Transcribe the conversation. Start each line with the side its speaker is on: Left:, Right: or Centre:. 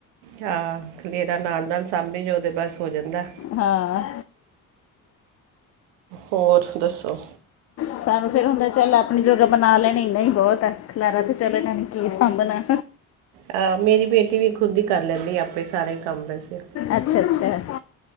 Right: ਹਾਂ ਖਲੇਰਾ ਨਾਲ ਨਾਲ ਸਾਂਭੀ ਜਾਉ ਤਾਂ ਬਸ ਹੋ ਜਾਂਦਾ।
Left: ਹਾਂ
Right: ਹੋਰ ਦੱਸੋ?
Left: ਸਾਨੂੰ ਫੇਿਰ ਹੁੰਦਾ ਚੱਲ ਆਪਣੀ ਜੋਗ੍ਹਾ ਬਣਾ ਲੈਣੀ ਇੰਨਾ ਹੀ ਬਹੁਤ ਹੈ ਖਿਲਾਰਾ ਤੇ ਚੱਲ ਇਹਨਾਂ ਨੇ ਕੀ ਸਾਂਭਣਾ
Right: ਆਹ ਮੇਰੀ ਬੇਟੀ ਵੀ ਖੁਦ ਹੀ ਕਰ ਲੈਂਦੀ ਆਪੇ ਸਾਰਾ ਹੀ ਕੰਮ ਵੇਸੇ
Left: ਅੱਛਾ, ਅੱਛਾ